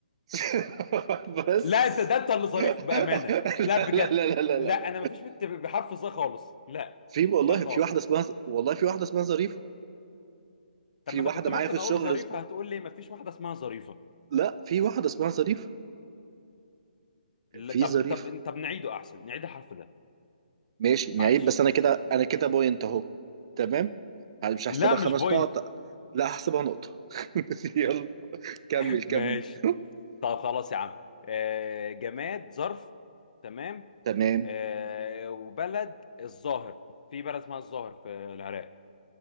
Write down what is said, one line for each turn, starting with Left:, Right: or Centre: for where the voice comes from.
Right: <laughs> بس
Left: لا انت ده انت اللي ظريف بامانه
Right: لا
Left: لا بجد
Right: لا لا لا
Left: لا
Right: لا لا
Left: انا مفيش بنت بحرف ظا خالص لا
Right: في والله
Left: لا خالص
Right: في واحدة اسمها والله في واحدة اسمها ظريفة
Left: طب
Right: في
Left: ما انا
Right: واحدة
Left: كنت ممكن
Right: معايا في الشغل
Left: اقول له ظريفه
Right: اسمها
Left: هتقول لي مفيش واحده اسمها ظريفه
Right: لا في واحدة اسمها ظريفة
Left: لا
Right: في
Left: طب
Right: ظريفة
Left: طب طب نعيده احسن نعيد الحرف ده
Right: ماشي نعيب
Left: معلش
Right: بس انا كده انا كده بوينت اهو تمام هل- مش هحسبها
Left: لا مش
Right: خمس
Left: بوينت
Right: نقط لا هحسبها نقطة <laughs> يلا كمل
Left: <laughs>
Right: كمل
Left: ماشي
Right: <laughs>
Left: طب خلاص يا عم آه جماد ظرف تمام
Right: تمام
Left: آه وبلد الظاهر في بلد اسمها الظاهر في العراق